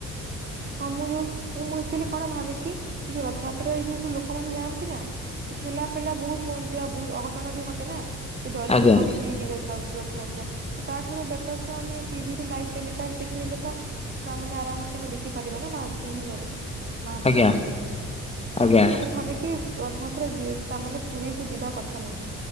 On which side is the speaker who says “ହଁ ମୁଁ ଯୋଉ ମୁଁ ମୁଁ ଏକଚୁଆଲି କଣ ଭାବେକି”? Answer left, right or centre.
Right